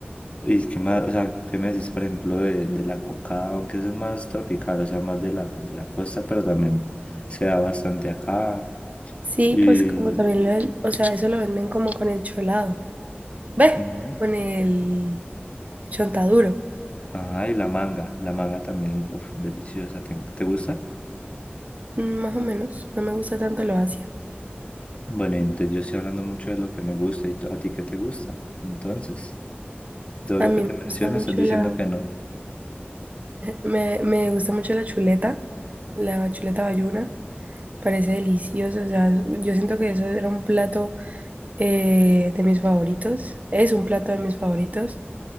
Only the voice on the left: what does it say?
¿Y qué más, o sea, qué me decís, por ejemplo, de, de la coca, aunque eso es más tropical, o sea, más de la, de la costa, pero también se da bastante acá.
Y,
ujú.
ajá, y la manga, la manga también, uff, deliciosa. ¿Te, te gusta?
Bueno, entonces yo estoy hablando mucho de lo que me gusta y tú- a ti qué te gusta. Entonces, todo
lo
que te
menciono
estás diciendo
que no.